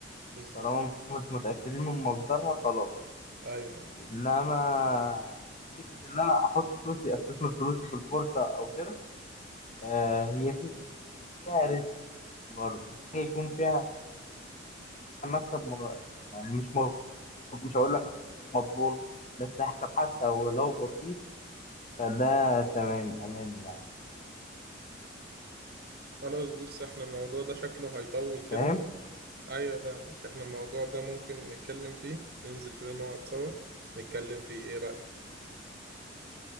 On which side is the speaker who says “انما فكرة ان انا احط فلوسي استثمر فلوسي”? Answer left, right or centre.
Left